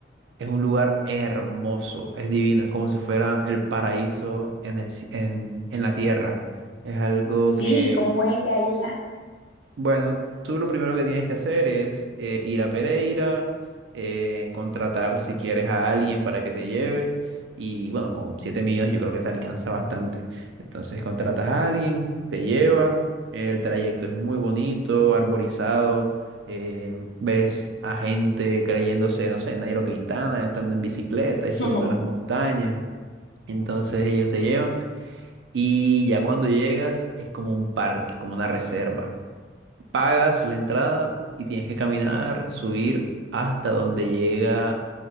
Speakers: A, on the right (about 70°); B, on the left (about 80°).
A: Es un lugar hermoso, es divino, es como si fuera el paraíso en el, ci- en, en la tierra. Es algo
B: Sí,
A: que
B: y como es que hay allá.
A: bueno, tú lo primero que tienes que hacer es eh, ir a Pereira, eh, contratar si quieres a alguien para que te lleve. Y bueno, con 7 millones yo creo que te alcanza bastante. Entonces contratas a alguien, te lleva, el trayecto es muy bonito, arborizado, eh, ves a gente creyéndose, no sé, Nairo Quintana, estando en bicicleta
B: <laughs>
A: y subiendo las montañas. Entonces ellos te llevan y ya cuando llegas es como un parque, como una reserva pagas la entrada y tienes que caminar, subir hasta donde llega